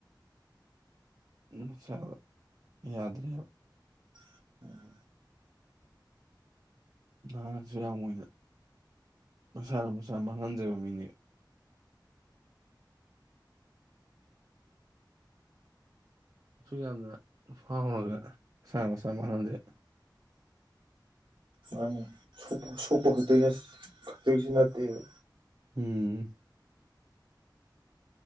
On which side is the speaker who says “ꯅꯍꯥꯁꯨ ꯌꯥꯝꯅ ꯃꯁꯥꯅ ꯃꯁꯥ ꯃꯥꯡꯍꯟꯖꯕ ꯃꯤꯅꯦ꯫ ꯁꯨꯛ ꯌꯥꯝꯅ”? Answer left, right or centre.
Right